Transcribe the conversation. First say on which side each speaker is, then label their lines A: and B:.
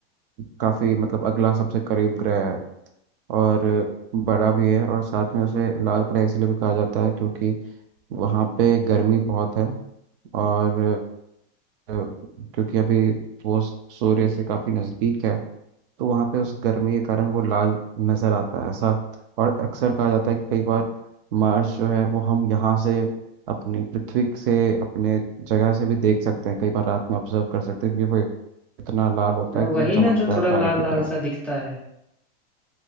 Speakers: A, on the right; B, in the centre.
A: काफी मतलब अगला सबसे करीब ग्रह है और बड़ा भी है और साथ में उसे लाल ग्रह इसलिए भी कहा जाता है क्योंकि वहाँ पे गर्मी बहुत है और अ, क्योंकि अभी वो सूर्य से काफी नजदीक है तो वहाँ पे उस गर्मी के कारण वो लाल नज़र आता है ऐसा और अक्सर कहा जाता है कि कई बार मार्स जो है वो हम यहाँ से अपनी पृथ्वी से अपने जगह से भी देख सकते हैं कई बार रात में ऑब्जर्व कर सकते हैं क्योंकि वो इतना लाल होता
B: <laughs>
A: है कि
B: वही
A: वो चमकता
B: ना जो थोड़ा
A: है तारे
B: लाल
A: की
B: लाल
A: तरह
B: सा दिखता है